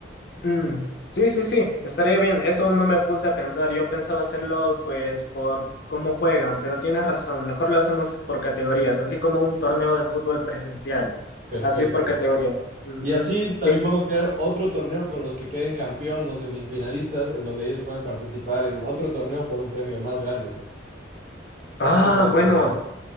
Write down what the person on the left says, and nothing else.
mm, sí, sí, sí, estaría bien. Eso no me puse a pensar. Yo pensaba hacerlo, pues, por cómo juegan, pero tienes razón. Mejor lo hacemos por categorías, así como un torneo de fútbol presencial,
así por categorías. Ujú,
sí.
Ah,
bueno,